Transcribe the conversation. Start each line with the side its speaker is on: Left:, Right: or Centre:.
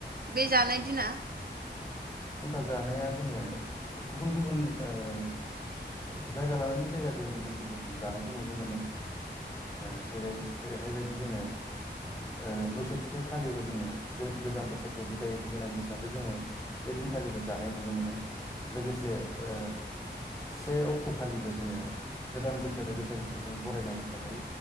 Right: बे जानाय दिना
Left: फुंखा जानाया जोङो गुबुन गुबुन ओ जायगा लानानै जायगा जों गुबुन गुबुन जानायखौ नुनो मोनो ओ जेरै जेरैहायबायदि जोङो ओ मोसौ थुखै खालिबो जोङो गोजाम बोसोरखौ बिदाय होनाय हिसाबै जोङो बेदिनखालिबो जानाय नुनो मोनो लोगोसे ओ से अक्ट'खालिबो जोङो गोदान बोसोर बैसागुखौ जों बरायनाय हिसाबै